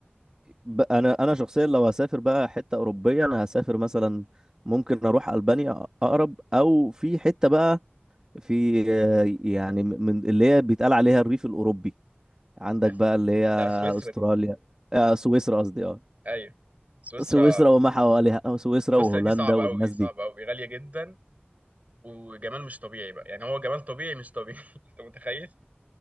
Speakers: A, on the right; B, on the right.
A: ب... انا انا شخصيا لو هسافر بقى حتة أوروبية انا هسافر مثلا ممكن اروح ألبانيا أ- اقرب او في حتة بقى في آه، يعني من اللي هي بيتقال عليها الريف الأوروبي عندك
B: ده
A: بقى اللي هي
B: ده سويسرا
A: استراليا
B: دي
A: آه سويسرا قصدي اه
B: ايوه سويسرا
A: سويسرا وما حواليها أو سويسرا
B: سويسرا
A: وهولندا
B: دي صعبه
A: والناس
B: قوي صعبه
A: دي
B: قوي غاليه جدا وجمال مش طبيعي بقى يعني هو جمال طبيعي مش طبيعي <laughs> انت متخيل